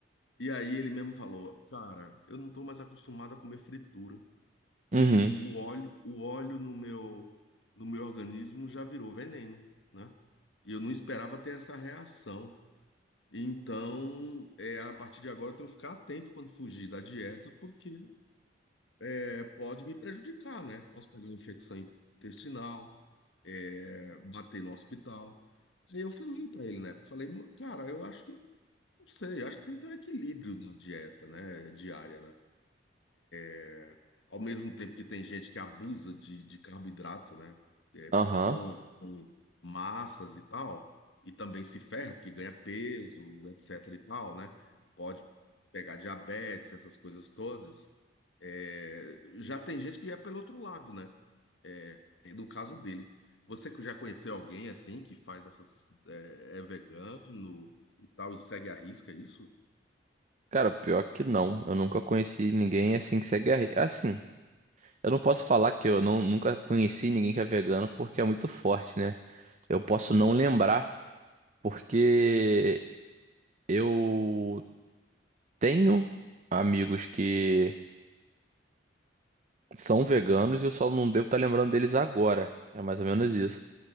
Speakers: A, on the left; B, on the right.
A: E aí ele mesmo falou, cara, eu não tô mais acostumado a comer fritura. E
B: Uhum.
A: o, o óleo, o óleo no meu, no meu organismo já virou veneno, né? E eu não esperava ter essa reação. Então, é, a partir de agora, eu tenho que ficar atento quando fugir da dieta, porque é, pode me prejudicar, né? Posso pegar uma infecção intestinal, é, bater no hospital. Aí eu falei para ele, né? Falei, cara, eu acho que, não sei, eu acho que tem que ter um equilíbrio na dieta, né? Diária, né? É, Ao mesmo tempo que tem gente que abusa de, de carboidrato, né? É,
B: Aham.
A: pão, massas e tal, e também se ferra, porque ganha peso, etc e tal, né? Pode pegar diabetes, essas coisas todas. É, já tem gente que é pelo outro lado, né? É, no caso dele. Você que já conheceu alguém assim que faz essas é, é vegano e tal e segue à risca é isso?
B: Cara, pior que não. Eu nunca conheci ninguém assim que segue a... re- Assim, eu não posso falar que eu não, nunca conheci ninguém que é vegano porque é muito forte, né? Eu posso
A: Uhum.
B: não lembrar porque eu tenho amigos que são veganos e eu só não devo estar lembrando deles agora. É mais ou menos isso.